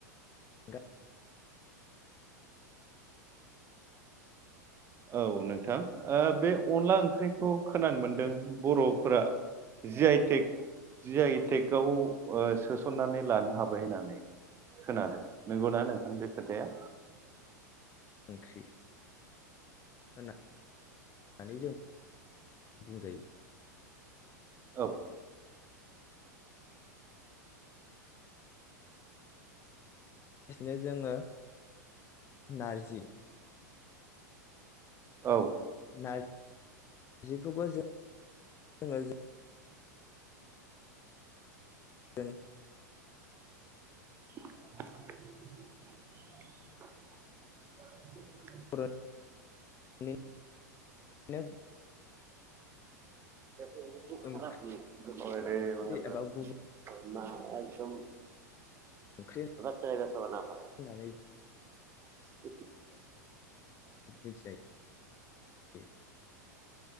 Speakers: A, on the left; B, on the right.
A: गा।
B: औ नोंथां ओ बे अनला ओंख्रिखौ खोनानो मोनदों
A: हायै
B: बर'फोरा। जि आइटेक जि आइटेकआव ओ सोसननानै लानो हाबाय होननानै। खोनादो नंगौना नोंथां बे खोथाया?
A: ओंख्रि। होना नै जों बुंजायो।
B: औ।
A: बिसनो जोङो नारजि।
B: औ
A: नार जिखौबो <inaudible> <unintelligible>
B: <unintelligible>
A: <unintelligible>
B: <unintelligible>
A: ओंख्रि एबा गुबै
B: मा एदम।
A: ओंख्रि हो
B: <unintelligible>
A: नानै
B: <unintelligible> <unintelligible>
A: मिथिनाय जायो